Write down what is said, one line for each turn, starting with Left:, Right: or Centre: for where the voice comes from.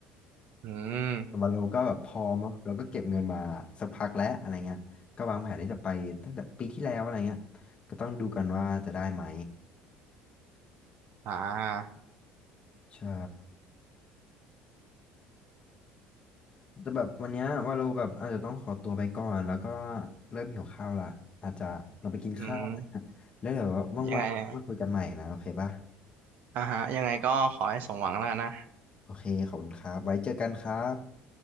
Right: อืม
Left: วาโลก็แบบพอมาเราก็เก็บเงินมาสักพักแล้วอะไรเงี้ยก็วางแผนที่จะไปตั้งแต่ปีที่แล้วอะไรเงี้ยก็ต้องดูกันว่าจะได้ไหม
Right: อ่า
Left: ใช่แต่แบบวันเนี้ยวาโลแบบอาจจะต้องขอตัวไปก่อนแล้วก็เริ่มหิวข้าวละอาจจะเราไปกินข้าวอะไรนะแล้วเดี๋ยวว่างๆเรามาคุยกันใหม่นะโอเคป่ะ
Right: อืมยังไงอ่ะอ่าฮะยังไงก็ขอให้สมหวังแล้วกันนะ
Left: โอเคขอบคุณครับไว้เจอกันครับ